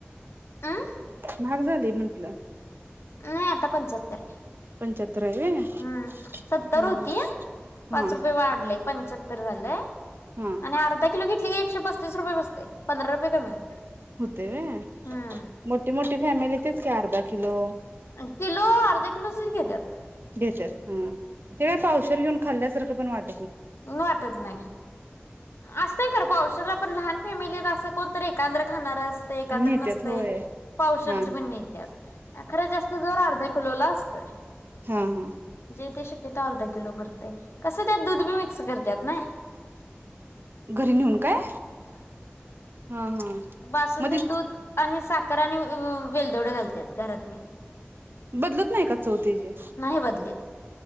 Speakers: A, on the left; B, on the right.
A: अं
B: महाग झालय म्हंटल
A: नाई आता पंचाह त्तर
B: पंच्याहत्तर आहे व्हय
A: हम्म सत्तर
B: हा
A: होती
B: हा
A: पाच
B: हा
A: रुपये वाढलय पंच्याहत्तर झालय
B: हा
A: आणि अर्धा किलो घेट ते एकशे पस्तीस रुपये बसतय पंधरा रुपये कमी होते.
B: होतय व्हय
A: हम्म
B: मोटी मोटी फॅमिली तेच ते अर्धा किलो
A: अ किलो अर्धा किलो स घ्येत्यात
B: घेत्यात हम्म ते पावशर घेऊन खाल्ल्यासारखं पण वाट
A: वाटत नाही असतय खरं पावशरला पण लहान फॅमिलीत असं कोणतरी एकांद्र खाणार अस ते एकंदर
B: नेत्यात
A: नसतय
B: होय
A: पावशेरची
B: हा
A: पण नेत्यात खर जास्त जोर अर्धा किलोला असतोय
B: हा हा
A: जे ते शक्यतो अर्धा किलो कर कसं त्यात दूध बी वि अस करत्यात नय.
B: घरी नेऊन काय. हा हा
A: बासुंदीत
B: मग ते
A: दूध आणि साखर आणि ऊ ऊ वेलदोडे घालत्यात घरातनी.
B: बदलत नाही का चव तेजी
A: नाही बदलीत.
B: <unintelligible>